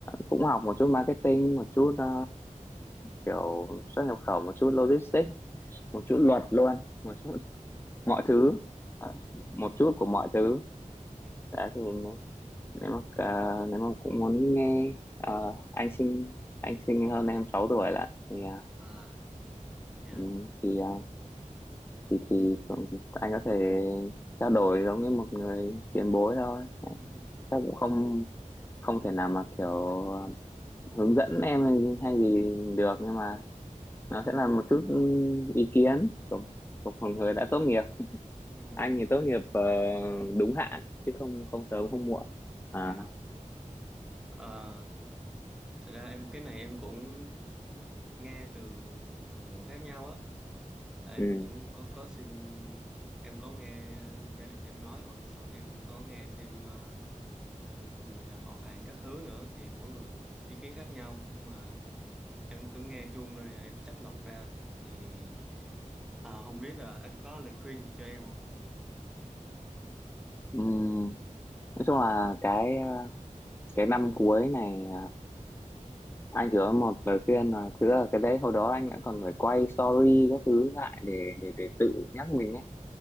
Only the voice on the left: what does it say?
cũng học một chút marketing một chút à, kiểu xuất nhập khẩu một chút logistics một chút luật luôn một chút <laughs> mọi thứ Ờ, một chút của mọi thứ
đã thì nếu nếu mà à, nếu mà cũng muốn nghe ờ, anh sinh anh sinh hơn em 6 tuổi là thì à,
Ừ, thì à, thì thì cũng- anh có thể trao đổi giống như một người tiền bối thôi
chắc cũng không không thể nào mà kiểu à, hướng dẫn em hay hay gì được nhưng mà nó sẽ là một chút ừ, ý kiến của, của một người đã tốt nghiệp
anh thì tốt nghiệp ờ, đúng hạn chứ không không sớm không muộn à
ừ.
Ừm, nói chung là cái à, cái năm cuối này anh chỉ có một lời khuyên là thực ra là cái đấy hồi đó anh đã còn phải quay story các thứ lại để để để tự nhắc mình ấy